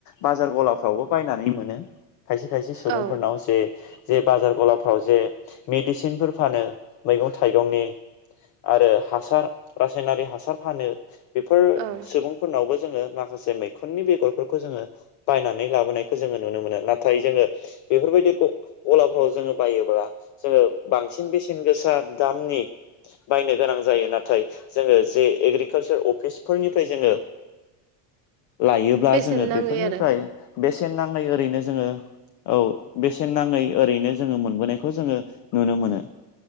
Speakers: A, on the left; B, on the right.
A: बाजार गलाफ्रावबो बायनानै मोनो खायसे खायसे सुबुंफोरनाव
B: औ
A: जे जे बाजार गलाफ्राव जे मेडिसिनफोर फानो मैगं थाइगंनि आरो हासार रासायनारि हासार फानो बेफोर
B: औ
A: सुबुंफोरनावबो जोङो माखासे मैखुननि बेगरफोरखौ जोङो बायनानै लाबोनायखौ जोङो नुनो मोनो नाथाय जोङो बेफोरबायदि गलाफ्राव जोङो बायोब्ला जोङो बांसिन बेसेन गोसा दामनि बायनो गोनां जायो नाथाय जोङो जे एग्रिकालसार अफिसफोरनिफ्राय जोङो लायोब्ला
B: बेसेन
A: जोङो
B: नाङै
A: बेफोरनिफ्राय
B: आरो
A: बेसेन नाङै ओरैनो जोङो औ बेसेन नाङै ओरैनो जोङो मोनबोनायखौ जोङो नुनो मोनो